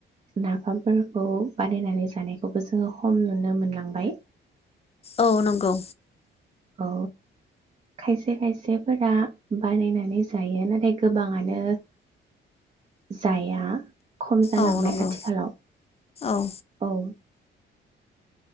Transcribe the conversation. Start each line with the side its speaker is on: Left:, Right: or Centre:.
Right: नाफामफोरखौ बानायनानै जानायखौबो जोङो खम नुनो मोनलांबाय
Left: औ नंगौ
Right: औ खायसे खायसेफोरा बानायनानै जायो नाथाय गोबाङानो जाया खम जालांबाय
Left: औ नंगौ
Right: आथिखालाव
Left: औ
Right: औ <inaudible>